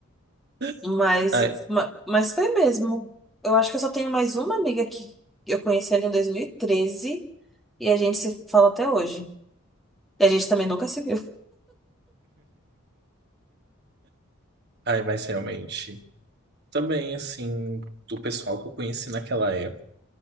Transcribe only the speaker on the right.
<laughs>
Ai.
Ai, mas realmente, também assim, do pessoal que eu conheci naquela época,